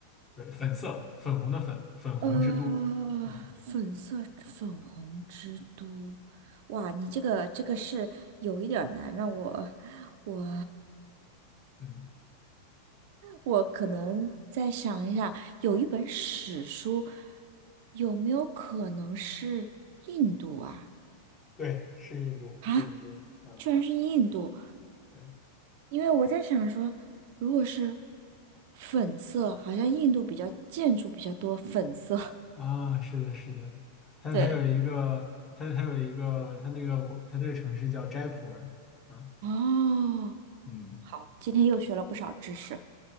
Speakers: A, on the left; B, on the right.
A: 对，粉色，粉红的粉，粉红之都。
B: 呃，
A: 嗯
B: 粉色粉红之都，哇，你这个这个是有一点儿难，让我我
A: 嗯，
B: 我可能再想一下，有一本史书，有没有可能是印度啊？
A: 对，是印度，
B: 啊，
A: 是印度啊，
B: 居然是印度！
A: 对
B: 因为我在想说，如果是粉色，好像印度比较建筑比较多粉色。<laughs>
A: 啊，是的，是的，它它有一个，
B: 对，
A: 它它有一个，它那个国，它这个城市叫斋普尔。啊，
B: 哦，
A: 嗯。
B: 今天又学了不少知识。